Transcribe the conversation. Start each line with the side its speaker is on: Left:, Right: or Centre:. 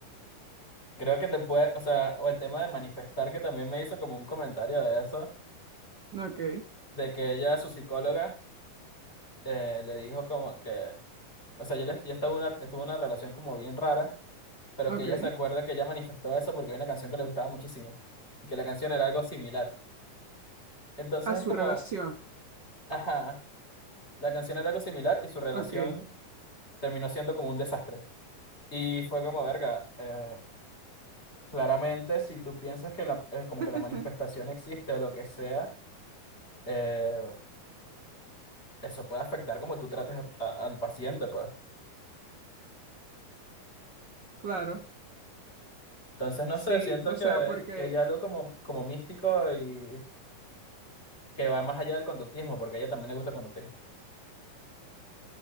Left: creo que te puede, o sea, o el tema de manifestar, que también me hizo como un comentario de eso,
Right: Ok,
Left: de que ella, su psicóloga, eh, le dijo como que, o sea, yo le, ella estaba una, estuvo en una relación como bien rara, pero
Right: ok.
Left: que ella se acuerda que ella manifestó eso porque había una canción que le gustaba muchísimo y que la canción era algo similar. Entonces
Right: A su
Left: es como,
Right: relación.
Left: ajá, la canción era algo similar y su relación
Right: Ok,
Left: terminó siendo como un desastre. Y fue como, verga. eh, Claramente, si tú piensas que la, eh, como que
Right: <laughs>
Left: la manifestación existe o lo que sea, eh, eso puede afectar como tú trates a- a- al paciente, pues.
Right: claro.
Left: Entonces, no
Right: Sí,
Left: sé, siento
Right: o
Left: que,
Right: sea, porque
Left: que hay algo como, como místico y que va más allá del conductismo, porque a ella también le gusta el conductismo.